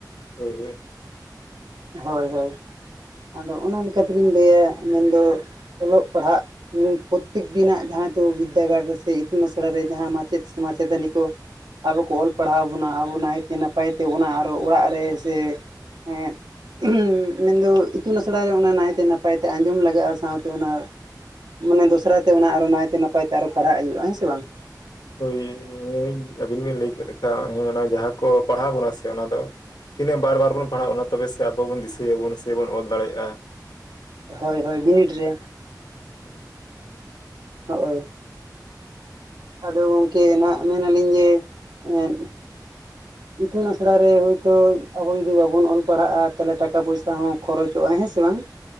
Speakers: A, on the left (about 70°); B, on the right (about 85°).
A: ᱦᱳᱭ ᱦᱳᱭ᱾
B: ᱦᱳᱭ ᱦᱳᱭ ᱟᱫᱚ ᱚᱱᱟ ᱞᱮᱠᱟ ᱛᱮᱞᱤᱧ ᱞᱟᱹᱭᱟ ᱢᱮᱱᱫᱚ ᱚᱞᱚᱜ ᱯᱟᱲᱦᱟᱜ ᱯᱨᱚᱛᱮᱠ ᱫᱤᱱᱟᱜ ᱡᱟᱦᱟᱸᱭ ᱫᱚ ᱵᱤᱫᱽᱫᱟᱹᱜᱟᱲ ᱨᱮ ᱥᱮ ᱤᱛᱩᱱ ᱟᱥᱲᱟ ᱨᱮ ᱡᱟᱦᱟᱸ ᱢᱟᱪᱮᱫ ᱥᱮ ᱢᱟᱪᱮᱛᱟᱹᱱᱤ ᱠᱚ ᱟᱵᱚ ᱠᱚ ᱚᱞ ᱯᱟᱲᱦᱟᱣ ᱵᱚᱱᱟᱺ ᱟᱵᱚ ᱱᱟᱭᱛᱮ ᱱᱟᱯᱟᱭᱛᱮ ᱚᱱᱟ ᱟᱨᱚ ᱚᱲᱟᱜ ᱨᱮ ᱥᱮ ᱮᱸᱫ ᱢᱮᱱᱫᱚ ᱤᱛᱩᱱ ᱟᱥᱲᱟᱨᱮ ᱚᱱᱟ ᱱᱟᱭᱛᱮ ᱱᱟᱯᱟᱭ ᱛᱮ ᱟᱸᱡᱚᱢ ᱞᱟᱜᱟᱜ-ᱟ ᱥᱟᱶᱛᱮ ᱚᱱᱟ ᱢᱟᱱᱮ ᱫᱚᱥᱨᱟ ᱛᱮ ᱚᱱᱟ ᱟᱨᱚ ᱱᱟᱭᱛᱮ ᱱᱟᱯᱟᱭᱛᱮ ᱟᱨᱚ ᱯᱟᱲᱦᱟᱜ ᱦᱩᱭᱩᱜ-ᱟ ᱦᱮᱸ ᱥᱮ ᱵᱟᱝ᱾
A: ᱦᱳᱭ ᱟᱵᱤᱱ ᱵᱤᱱ ᱞᱟᱹᱭ ᱠᱮᱫ ᱞᱮᱠᱟ ᱚᱱᱟ ᱡᱟᱦᱟᱸ ᱠᱚ ᱯᱟᱲᱦᱟᱣ ᱵᱚᱱᱟ ᱥᱮ ᱚᱱᱟ ᱫᱚ ᱛᱤᱱᱟᱹᱜ ᱵᱟᱨ ᱵᱟᱨ ᱵᱚᱱ ᱯᱟᱲᱦᱟᱜ-ᱟ ᱟᱱᱟ ᱛᱚᱵᱮ ᱥᱮ ᱟᱵᱚ ᱵᱚᱱ ᱫᱤᱥᱟᱹᱭᱟᱵᱚᱱ ᱥᱮᱵᱚᱱ ᱚᱞ ᱫᱟᱲᱮᱭᱟᱜ-ᱟ᱾
B: ᱦᱳᱭ ᱦᱳᱭ ᱵᱤᱱᱤᱰ ᱨᱮ᱾
A: ᱦᱩᱸ᱾
B: ᱦᱚᱜ-ᱚᱭ᱾ ᱟᱫᱚ ᱜᱚᱢᱠᱮ ᱱᱟᱦᱟᱜ ᱢᱮᱱᱟᱞᱤᱧ ᱡᱮ ᱮᱸᱫ ᱤᱛᱩᱱ ᱟᱥᱲᱟ ᱨᱮ ᱦᱳᱭᱛᱳ ᱟᱵᱚ ᱡᱩᱫᱤ ᱵᱟᱵᱚᱱ ᱚᱞ ᱯᱟᱲᱦᱟᱜ-ᱟ ᱛᱟᱞᱦᱮᱮ ᱴᱟᱠᱟ ᱯᱚᱭᱥᱟ ᱦᱚᱸ ᱠᱷᱚᱨᱚᱪᱚᱜ-ᱟ ᱦᱮᱸ ᱥᱮ ᱵᱟᱝ᱾ <inaudible>